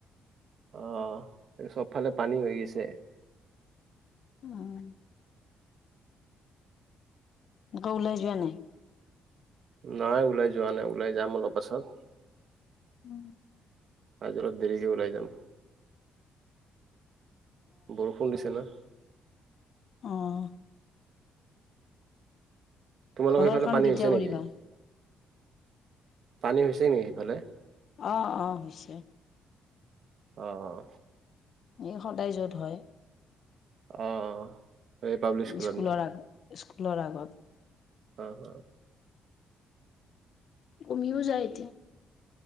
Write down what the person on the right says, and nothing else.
আহ এই চবফালে পানী হৈ গৈছে
নাই ওলাই যোৱা নাই ওলাই যাম অলপ পাছত
আজি অলপ দেৰিক ওলাই যাম বৰষুণ দিছেনা
তোমালোকৰ
সিফালে
পানী
হৈছে নেকি
পানী হৈছে নেকি সেইফালে
আহ
অ এই পাব্লিক স্কুলত
ন
উ হ